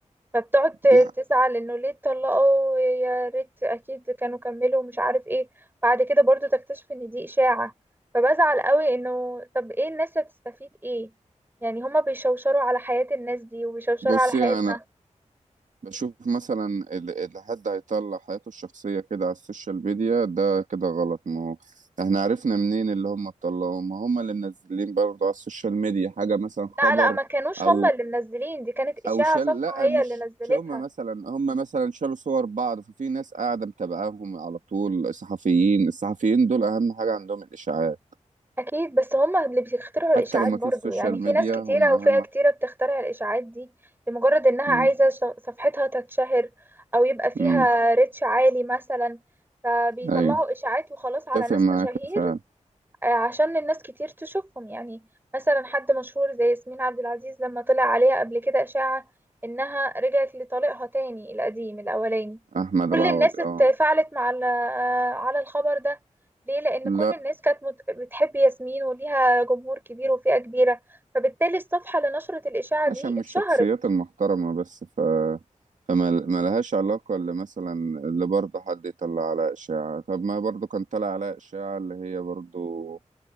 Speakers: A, on the right; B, on the right.
A: فبتقعد ت-
B: دي ح-
A: تزعل انه ليه اتطلقوا يا ريت اكيد كانوا كملوا مش عارف ايه بعد كده برضو تكتشف ان دي اشاعة فبزعل قوي انه طب ايه الناس هتستفيد ايه يعني هما بيشوشروا على حياة الناس دي وبيشوشروا
B: بصي
A: على حياتنا
B: انا بشوف مثلا اللي اللي حد هيطلع حياته الشخصية كده على السوشيال ميديا ده كده غلط ما هو احنا عرفنا منين اللي هم طلعوه ما هم اللي منزلين برضه على السوشيال ميديا حاجة مثلا خبر
A: لا لا ما كانوش
B: او
A: هما اللي منزلين دي كانت اشاعة
B: او شال
A: صفحة
B: لا
A: هي
B: مش
A: اللي نزلتها
B: مش هم مثلا هم مثلا شالوا صور بعض ففي ناس قاعدة متابعاهم على طول صحفيين الصحفيين دول اهم حاجة عندهم الاشاعات
A: اكيد بس هما اللي بيخترعوا الاشاعات
B: حتى لو ما
A: برضو
B: فيش سوشيال
A: يعني في
B: ميديا
A: ناس كتيره
B: هم اهم
A: وفئه كتيره بتخترع الاشاعات دي لمجرد انها
B: امم
A: عايزه ش- صفحتها تتشهر او يبقى فيها
B: امم
A: ريتش عالي مثلا فبيطلعوا
B: ايوه
A: اشاعات وخلاص على
B: اتفق
A: ناس
B: معاك
A: مشاهير
B: فعلا
A: آه، عشان الناس كتير تشوفهم يعني مثلا حد مشهور زي ياسمين عبد العزيز لما طلع عليها قبل كده إشاعة إنها رجعت لطليقها تاني القديم الأولاني
B: احمد
A: كل
B: العوضي
A: الناس اتفاعلت
B: اه
A: مع ال- آه، على الخبر ده ليه لأن
B: لا
A: كل الناس كانت مت- بتحب ياسمين وليها جمهور كبير وفئة كبيرة فبالتالي الصفحة لنشرة الإشاعة
B: عشان
A: دي اتشهرت
B: مش الشخصيات المحترمه بس ف فما ما لهاش علاقه اللي مثلا اللي برضه حد يطلع على اشاعه طب ما برضه كان طلع على اشاعه اللي هي برضه